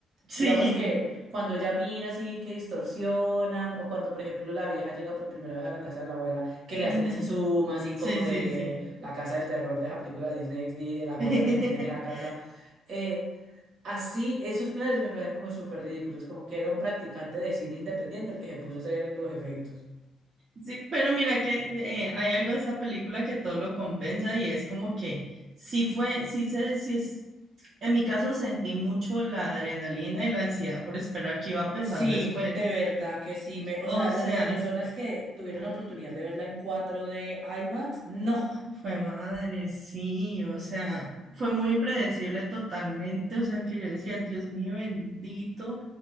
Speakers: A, on the right; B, on the right.
A: Sí,
B: Digamos que cuando ella mira así que distorsionan, o cuando, por ejemplo, la vieja llega por primera vez a la casa de la abuela, que le
A: ujú,
B: hacen ese zoom así
A: Sí,
B: como
A: sí,
B: de
A: sí.
B: la casa del terror de la película de Disney XD, de la gorda
A: <laughs>
B: que se muere en esa casa. eh, Así, esos planes me parecen como súper ridículos, como que era un practicante de cine independiente el que se puso a hacer los efectos.
A: Sí, pero mira que eh, hay algo de esa película que todo lo compensa y es como que sí fue, sí se, sí En mi caso sentí mucho la adrenalina y la ansiedad por esperar que iba a pesar
B: Sí,
A: después.
B: de verdad que sí. Me, o
A: O
B: sea,
A: sea,
B: las personas
A: fue...
B: que
A: <gasps>
B: tuvieron la oportunidad de verla en cuatro d IMAX, no,
A: Fue madre, sí, o sea, fue muy impredecible totalmente, o sea, que yo decía, Dios mío bendito,